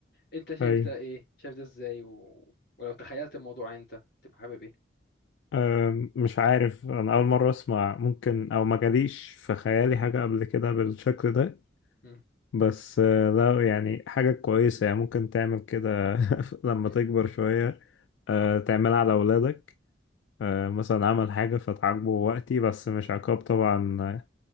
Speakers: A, on the left; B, on the left.
A: انت شايف
B: اي
A: ده ايه شايف ده ازاي و... ولو تخيلت الموضوع انت تبقى حابب ايه
B: أم مش عارف انا اول مره اسمع ممكن او ما جاليش في خيالي حاجه قبل كده بالشكل ده
A: مم.
B: بس آه، لا يعني حاجه كويسه يعني ممكن تعمل كده <laughs> لما
A: مم.
B: تكبر شويه آه، تعملها على اولادك آه، مثلا عمل حاجه فتعاقبه وقتي بس مش عقاب طبعا